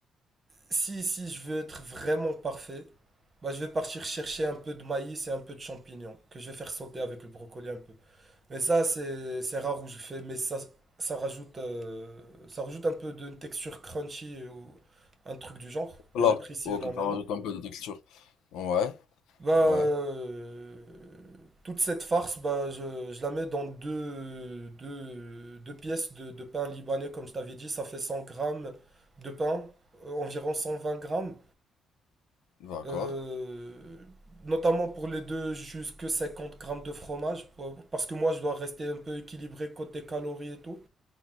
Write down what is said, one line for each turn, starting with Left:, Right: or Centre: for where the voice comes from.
Right: si si je veux être vraiment parfait, bah je vais partir chercher un peu de maïs et un peu de champignons que je vais faire sauter avec le brocoli un peu. Mais ça, c'est c'est rare où je fais, mais ça, ça rajoute, euh, ça rajoute un peu de texture crunchy euh, ou un truc du genre
Left: là,
Right: que j'apprécie
Left: ok,
Right: énormément.
Left: ça rajoute un peu de texture. Ouais,
Right: Bah, euh,
Left: ouais,
Right: toute cette farce, bah, je, je la mets dans deux, deux, deux pièces de, de pain libanais, comme je t'avais dit. Ça fait 100 grammes de pain, euh, environ 120 grammes.
Left: d'accord.
Right: Euh, notamment pour les deux, jusque 50 grammes de fromage, pour- parce que moi, je dois rester un peu équilibré côté calories et tout.